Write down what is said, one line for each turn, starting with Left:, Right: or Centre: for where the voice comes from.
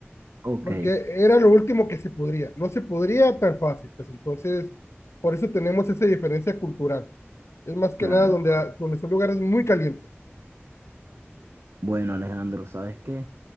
Right: ok,
Left: porque era lo último que se podría. No se podría tan fácil, pues entonces, por eso tenemos esa diferencia cultural. Es más que
Right: claro.
Left: nada donde,
Right: bueno,
Left: donde son lugares muy calientes.
Right: Bueno, Alejandro, ¿sabes qué?